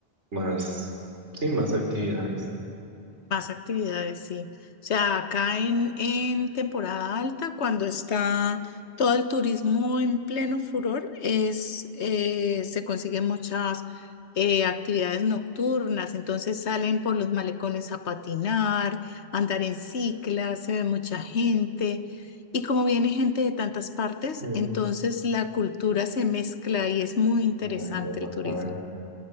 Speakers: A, on the right; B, on the left.
A: más, sí, más actividades.
B: Más actividades, sí. O sea, acá en, en temporada alta, cuando está todo el turismo en pleno furor, es, eh, se consiguen muchas eh, actividades nocturnas. Entonces salen por los malecones a patinar, a andar en cicla, se ve mucha gente. Y como viene gente de tantas partes,
A: Eh,
B: entonces la cultura se mezcla y es muy interesante
A: Ay, qué bacano.
B: el turismo.